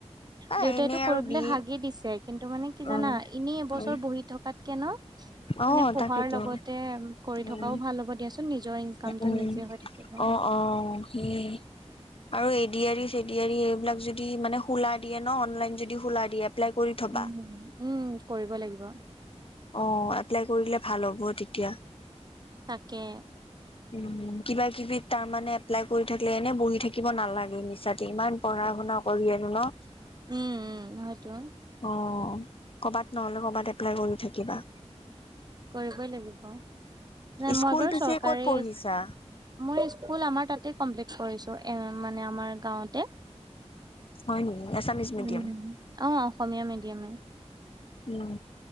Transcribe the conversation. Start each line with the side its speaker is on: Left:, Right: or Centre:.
Left: এ
Right: দেউতাইতো
Left: এনে আৰু
Right: কৰিবলৈ
Left: বি
Right: হাগি দিছে কিন্তু মানে কি
Left: উম,
Right: জানা এনেই এবছৰ
Left: উম,
Right: বহি থকাতকে ন মানে
Left: অ'
Right: পঢ়াৰ
Left: তাকেতো
Right: লগতে কৰি
Left: উম,
Right: থকাও ভাল হ'ব দিয়াচোন নিজৰ ইনকামটো
Left: উম,
Right: নিজে হৈ থাকিব
Left: অ' অ' সেই আৰু এডিয়ৰি চেডিআৰী এইবিলাক যদি মানে খোলা দিয়ে ন অনলাইন যদি খোলা দিয়ে। এপ্লাই কৰি থবা।
Right: উম উম কৰিব লাগিব
Left: অ এপ্লাই কৰিলে ভাল হ'ব তেতিয়া
Right: তাকে
Left: উ কিবা কিবি তাৰমানানে এপ্লাই কৰি থাকিলে এনে বহি থাকিব নালাগে মিছাতে ইমান পঢ়া পঢা শুনা কৰি আনো ন
Right: উম উম হয়তো
Left: অ কৰ'বাত নহ'লে কৰবাত এপ্লাই কৰি থাকিবা
Right: কৰিবই লাগিব নাই
Left: স্কুল
Right: মই বাৰু
Left: পিছে
Right: চৰকাৰী
Left: ক'ত পঢ়িছা
Right: মই স্কুল আমাৰ তাত কমপ্লিট কৰিছো এ মানে আমাৰ গাওঁতে
Left: হয় নেকি এছামিছ মিডিয়াম
Right: উম অ অসমীয়া মিডিয়ামে
Left: উম